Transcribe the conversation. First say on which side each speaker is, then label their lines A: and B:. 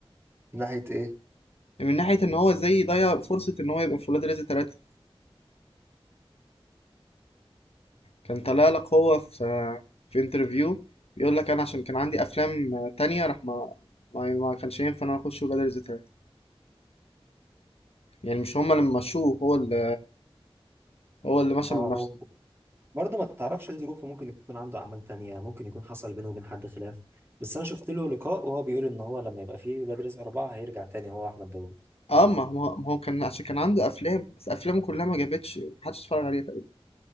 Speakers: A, on the right; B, on the left.
A: من ناحية إيه؟
B: من ناحية ان هو ازاي ضيع فرصة ان هو يبقى في ولاد رزق تلاتة كان طلع لك هو في في انترفيو بيقول لك انا عشان كان عندي افلام تانية راح ما ما, ما كانش ينفع ان انا اخش ولاد رزق تلاتة يعني مش هما اللي مشوه هو اللي هو اللي مشى
A: ما
B: من نفسه
A: هو برضه ما تعرفش ايه ظروفه ممكن يكون عنده اعمال تانية ممكن يكون حصل بينه وبين حد خلاف بس انا شفت له لقاء وهو بيقول ان هو لما يبقى فيه ولاد رزق اربعة هيرجع تاني هو احمد داوود
B: اه ما هو ما هو كان عشان كان عنده افلام بس افلامه كلها ما جابتش محدش اتفرج عليها تقريبا